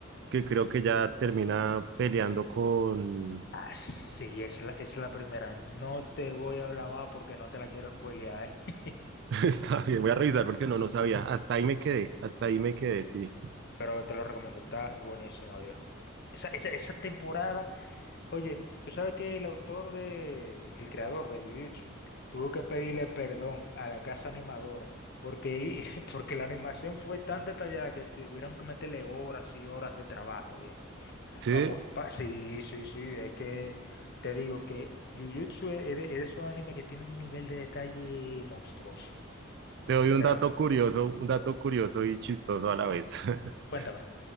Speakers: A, on the right; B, on the left.
A: que creo que ya termina peleando con...
B: Ah, sí, es la, es la primera. No te voy a hablar más porque no te la quiero spoilear. <laughs>
A: <laughs> Está bien, voy a revisar porque no, no sabía. Hasta ahí me quedé, hasta ahí me quedé, sí.
B: Pero te lo recomiendo, está buenísima, viejo. Esa, esa, esa temporada. Oye, tú sabes que el autor de, el creador de Jujutsu tuvo que pedirle perdón a la casa animadora porque, i- <laughs> porque la animación fue tan detallada que tuvieron que meterle horas y horas de trabajo, viejo.
A: Sí,
B: Pa po- pa- sí, sí, sí, es que te digo que Jujutsu es es de, es de esos animes que tiene un nivel de detalle monstruoso,
A: te
B: sinceramente.
A: doy un dato curioso, un dato curioso y chistoso a la vez, <laughs>
B: Cuéntame.